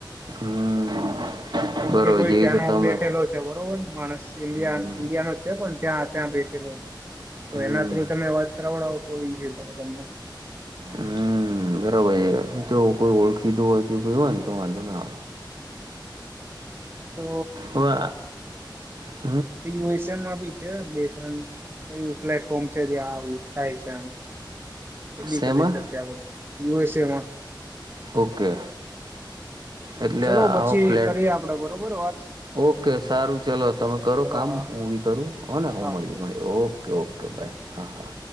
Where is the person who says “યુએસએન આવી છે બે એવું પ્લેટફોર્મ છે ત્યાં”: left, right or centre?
Right